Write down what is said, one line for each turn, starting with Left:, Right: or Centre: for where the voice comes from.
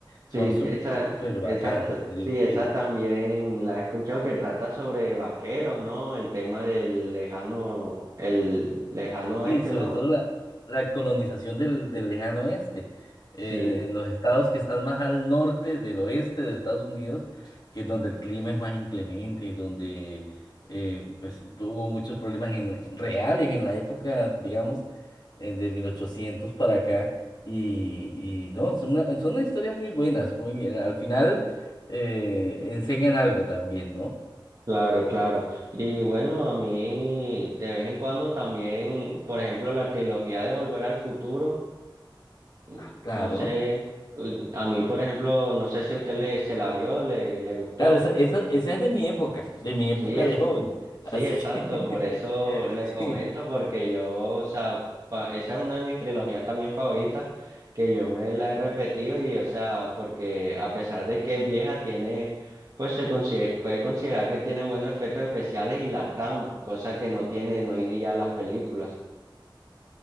Left: Son
Right: sí,
Left: súper
Right: esa, esa
Left: bacanas,
Right: t-
Left: te
Right: sí,
Left: digo
Right: esas
Left: que
Right: también la he escuchado que trata sobre vaqueros, ¿no? El tema del lejano, el lejano oeste,
Left: Sí, sobre
Right: ¿no?
Left: todo la, la colonización del, del lejano oeste, en,
Right: Sí.
Left: en los estados que están más al norte del oeste de Estados Unidos, que es donde el clima es más inclemente y donde eh, pues, hubo muchos problemas en, en reales en la época, digamos, eh, de 1800 para acá. Y, y no, son, una- son unas historias muy buenas, muy, al final eh, enseñan algo también, ¿no?
Right: Claro, claro. Y bueno, a mí de vez en cuando también, por ejemplo, la trilogía de Volver al Futuro, mm,
Left: Ah, Claro.
Right: no sé, mm, a mí, por ejemplo, no sé si a usted le, se la vio, le, le gustó.
Left: Claro, esa, esa, esa es de mi época, de mi época
Right: Sí, es,
Left: de joven.
Right: sí,
Left: Así
Right: exacto,
Left: que
Right: por eso
Left: <laughs>
Right: le
Left: sí,
Right: comento, porque yo, o sea, pa- esa es una de mis trilogías también favoritas, que yo me la he repetido y, o sea, porque a pesar de que es vieja, tiene, pues se consider- puede considerar que tiene buenos efectos especiales y la trama, cosa que no tienen hoy día las películas.